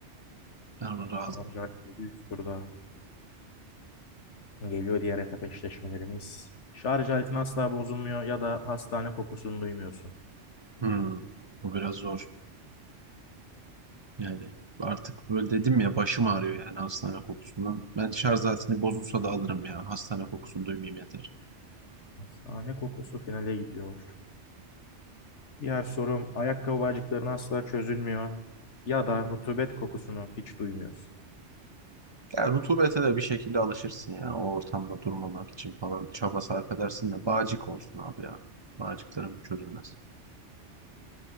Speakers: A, on the right; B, on the left.
A: Ben ona razım.
B: Şarj aleti üst turda. Geliyor diğer etap eşleşmelerimiz. Şarj aletin asla bozulmuyor ya da hastane kokusunu duymuyorsun.
A: Hmm, bu biraz zor. Yani artık böyle dedim ya başım ağrıyor yani hastane kokusundan. Ben şarj aletini bozulsa da alırım ya. Hastane kokusunu duymayayım yeter.
B: Hastane kokusu finale gidiyor. Diğer sorum ayakkabı bağcıkların asla çözülmüyor ya da rutubet kokusunu hiç duymuyorsun.
A: Ya rutubete de bir şekilde alışırsın ya. O ortamda durmamak için falan çaba sarf edersin de bağcık olsun abi ya. Bağcıklarım çözülmez.